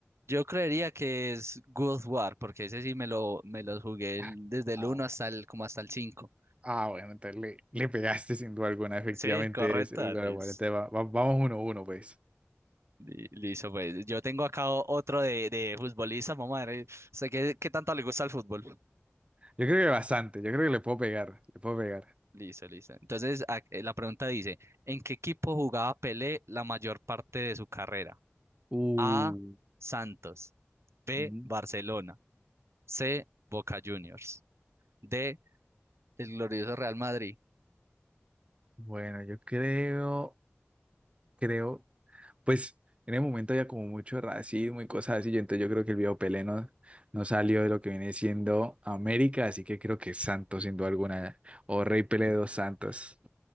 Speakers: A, on the right; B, on the right.
A: Yo creería que es God of War, porque ese sí me lo, me lo jugué el-
B: Ah,
A: desde el
B: ah,
A: uno
B: bu-
A: hasta el, como hasta el cinco
B: ah, bueno, entonces le, le pegaste sin duda alguna, efectivamente
A: Sí, correcta,
B: es, es God
A: Liz.
B: of War. Entonces, va- va- vamos uno a uno, pues.
A: Li- Listo, pues yo tengo acá o- otro de, de futbolista, mamá. eh, Sé que, qué tanto le gusta el fútbol.
B: Yo creo que bastante, yo creo que le puedo pegar, le puedo pegar.
A: Listo, listo. Entonces, a- eh, la pregunta dice, ¿en qué equipo jugaba Pelé la mayor parte de su carrera?
B: Uh,
A: A, Santos. B,
B: ujú.
A: Barcelona. C, Boca Juniors. D, el glorioso Real Madrid.
B: bueno, yo creo, creo Pues en el momento había como mucho racismo y cosas así, yo, entonces yo creo que el viejo Pelé no, no salió de lo que viene siendo América, así que creo que es Santos sin duda alguna, o Rey Pelé de los Santos.